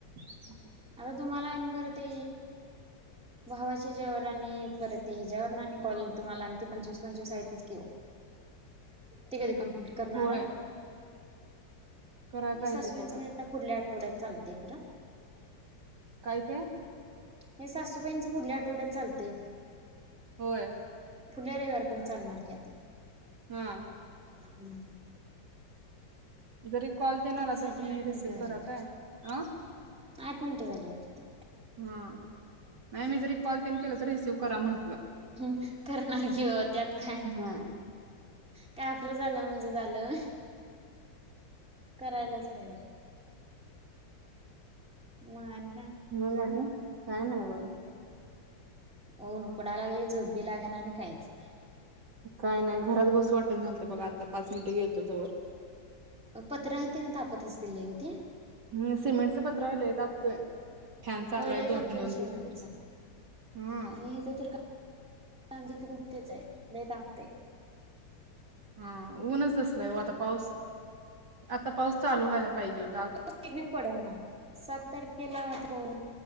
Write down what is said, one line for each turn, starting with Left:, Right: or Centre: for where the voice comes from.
Right: <unintelligible>
Centre: आता तुम्हाला आणि खरं ते भावाच्या ह्याच्यावर आणि परत ही ज्यावर आणि कॉल तुम्हाला आणि ते पंचवीस पंचवीस आहेतच की हो ते कधी कंप् लीट करनारा
Right: होय कराय
Centre: मी
Right: पाहिजे
Centre: सासूबाईच
Right: बघा
Centre: काय आता पुुढल्या आठवड्यात चालतय खर. <inaudible>
Right: काय ते
Centre: हे सासूबाईंचं पुढल्या आठवड्यात चालतंय की,
Right: होय.
Centre: पुढ्याला रविवार पर्यंत चालणार की आता
Right: हा.
Centre: हम्म.
Right: जरी कॉल तेन आला
Centre: झाले?
Right: तर तुम्ही
Centre: आठ
Right: रिसीव्ह
Centre: मिनिटं झाली
Right: करा
Centre: वाटतं.
Right: काय हा.
Centre: आठ मिनिटं झाली वाढतं.
Right: हम्म. नाही मी जरी कॉल तेन केलं रिसीव्ह करा म्हण.
Centre: हम्म करणार किवा त्यात काय
Right: हा
Centre: काय आपलं झालं म्हणजे झालं. करायलाच पाहिजे म आण का निवांत.
Right: मग आणि काय नाही बघा.
Centre: ओ उकडा लागली झोपबी लागाना आणि काहीच नाही.
Right: काय नाही घरात बसू वाटना झालत बघा आता पाच मिनिटं गेलतो तवर
Centre: पत्रा आहे ते न तापत असतील लय हो ते.
Right: हम्म सिमेंटच पत्रा हाय लय तापतोय. फॅन चालू
Centre: होई
Right: आहे
Centre: लय तापतोय
Right: दोन दोन
Centre: शिमेंटचा
Right: तीन तीन. हम्म.
Centre: आणि हेथ तर काय <unintelligible> तेच हाय लई तापतय.
Right: हा ऊनच असलाय हो आता पाऊस आ आता पाऊस चालू व्हायला पाहिजे हो
Centre: तेबि पडणा सात तारखेला होन